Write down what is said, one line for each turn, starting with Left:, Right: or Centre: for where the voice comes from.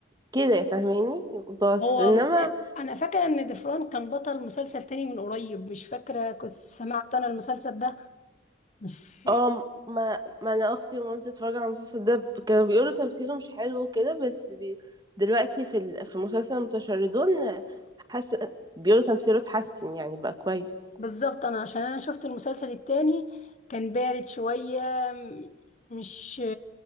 Right: كده فاهماني متوسط
Left: هو
Right: انما
Left: من أنا فاكرة إن ضفران كان بطل مسلسل تاني من قريب مش فاكرة كنت سمعت أنا المسلسل ده مش
Right: اه ما ما انا اختي ومامتي اتفرجوا على المسلسل ده ب- كانوا بيقولوا تمثيله مش حلو وكده بس بي... دلوقتي في ال... في مسلسل المتشردون حس بيقولوا تمثيله اتحسن يعني بقى كويس
Left: بالظبط أنا عشان أنا شفت المسلسل التاني كان بارد شوية م- مش